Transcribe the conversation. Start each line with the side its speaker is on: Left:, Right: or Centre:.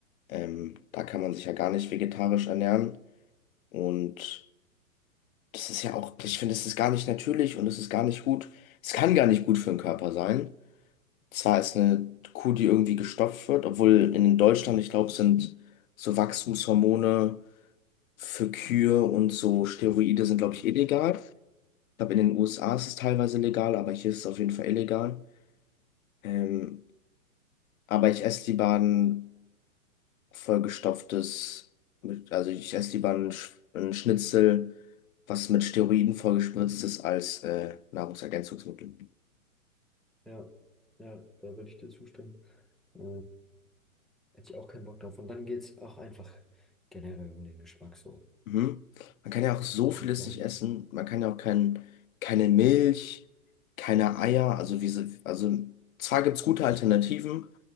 Left: Ähm, da kann man sich ja gar nicht vegetarisch ernähren. Und das ist ja auch, ich finde, es ist gar nicht natürlich und es ist gar nicht gut. Es kann gar nicht gut für den Körper sein. Zwar ist eine Kuh, die irgendwie gestopft wird, obwohl in Deutschland, ich glaube, sind so Wachstumshormone für Kühe und so Steroide sind, glaube ich, illegal. Ich glaube, in den USA ist es teilweise legal, aber hier ist es auf jeden Fall illegal. Ähm, aber ich esse lieber einen vollgestopftes, mit, also ich esse lieber ein, Sch- ein Schnitzel, was mit Steroiden vollgespritzt ist, als äh, Nahrungsergänzungsmittel.
Centre: ja, ja, da würde ich dir zustimmen. Äh, hätte ich auch keinen Bock drauf. Und dann geht es auch einfach generell um den Geschmack so.
Left: Mhm. Man kann ja auch
Centre: Ich
Left: so
Centre: hab Bock
Left: vieles
Centre: auf Fleisch.
Left: nicht essen. Man kann ja auch kein, keine Milch, keine Eier. Also, wie, sie- also zwar gibt es gute Alternativen.